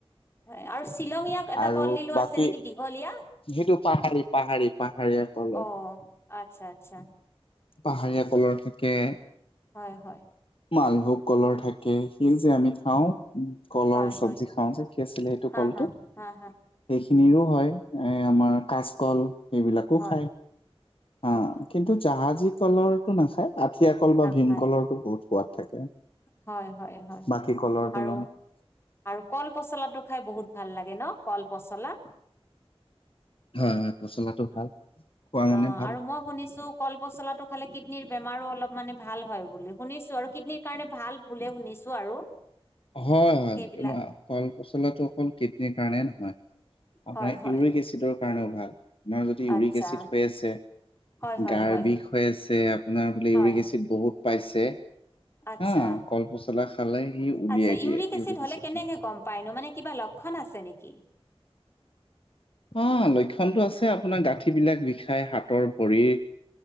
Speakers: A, on the left; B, on the left.
A: হয় আৰু শ্বিলঙীয়া এটা
B: আৰু
A: কলডিলো
B: বাকী
A: আছে নেকি দী হলিয়া।
B: সেইটো পাহাৰি পাহাৰি পাহাৰীয়ী কলৰ।
A: অ আচ্ছা, আচ্ছা।
B: পাহাৰীয়া কলৰ থাকে।
A: হয়, হয়।
B: মালভোগ কলৰ থাকে। সেই যে আমি খাও কলৰ
A: হয়
B: চব্জি
A: হয়
B: খাও যে কি আছিলে সেইটো
A: হা
B: কলটো।
A: হা হা, হা।
B: সেইখিনিৰো হয় এই আমাৰ কাচকল এইবিলাকো
A: হয়
B: খায়। হা
A: হয়
B: কিন্তু জাহাজী কলৰটো নাখায় আঠিয়া কল বা
A: নাখায়
B: ভীমকলৰো বহুত সোৱাদ থাকে।
A: হয়, হয়
B: বাকী কলৰ তুলনাত
A: আৰু আৰু কল পচলাটো খাই বহুত ভাল লাগে ন কল পচলা।
B: হয়, হয় পচলাটো ভাল। খোৱা মানে
A: অ',
B: ভাল
A: আৰু মই শুনিছো কল পচলাটো খালে কিডনীৰ বেমাৰো অলপ মানে ভাল হয় বুলি শুনিছোঁ আৰু কিডনীৰ কাৰণে ভাল বোলে শুনিছোঁ আৰু।
B: হয়, হয়,
A: সেইবিলাক
B: কল পচলাটো অকল কিডনীৰ কাৰণে নহয়। আপোনাৰ
A: হয় হয়
B: ইউৰিক এচিডৰ কাৰণেও ভাল আপোনাৰ যদি ইউৰিক
A: আচ্ছা
B: এচিড হৈ আছে
A: হয় হয়
B: গাৰ
A: হয়
B: বিষ হৈ আছে আপোনাৰ বোলে
A: হয়
B: ইউৰিক এচিড বহুত পাইছে
A: আচ্ছা
B: হ কল পচলা খালে সি উলিয়াই
A: আচ্ছা ইউৰিক
B: দিয়ে
A: এচিড হ'লে
B: এচিডটো।
A: কেনেকৈ গ'ম পায়নো মানে কিবা লক্ষণ আছে নেকি?
B: অ', আছে আপোনাৰ গাঁঠ বিলাক হাতৰ ভৰিৰ।